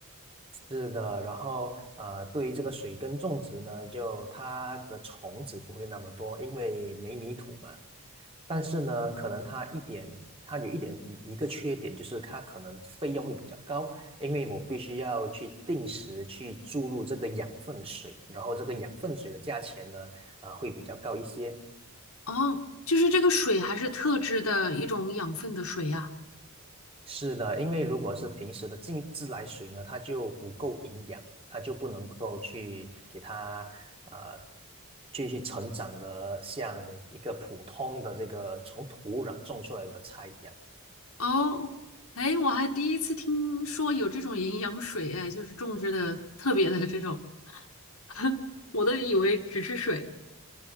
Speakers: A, on the right (about 25°); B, on the left (about 75°).
A: 是的，然后呃，对于这个水耕种植呢，就它的虫子不会那么多，因为没泥土嘛。但是呢，可能它一点，它有一点一一个缺点，就是它可能费用会比较高，因为我必须要去定时去注入这个养分水，然后这个养分水的价钱呢，呃，会比较高一些。
B: 哦，就是这个水还是特制的一种养分的水呀。
A: 是的，因为如果是平时的静自来水呢，它就不够营养，它就不能够去给它呃继续成长的像一个普通的这个从土壤种出来的菜一样。
B: 哦，哎，我还第一次听说有这种营养水哎，就是种植的特别的这种，<laughs> 我都以为只是水。